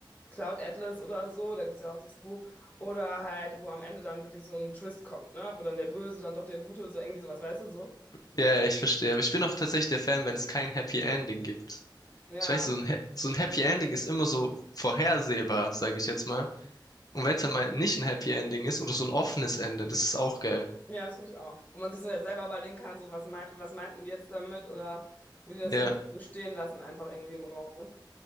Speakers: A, on the left; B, on the left.
A: Cloud Atlas oder so, da gibt es ja auch das Buch. Oder halt, wo am Ende dann wirklich so ein Twist kommt, ne? Wo dann der Böse, dann doch der Gute, so irgendwie sowas, weißt du so?
B: Ja, ja, ich verstehe. Aber ich bin auch tatsächlich der Fan, wenn es kein Happy Ending gibt.
A: Ja,
B: Ich weiß, so ein, Ha- so ein Happy Ending ist immer so vorhersehbar, sage ich jetzt mal. Und wenn es dann mal nicht ein Happy Ending ist oder so ein offenes Ende, das ist auch geil.
A: ja, das finde ich auch. Wo man sich so selber überlegen kann, so was, mei was meinten die jetzt damit oder wo die das
B: Ja,
A: so ein bisschen so stehen lassen, einfach irgendwie im Raum, ne?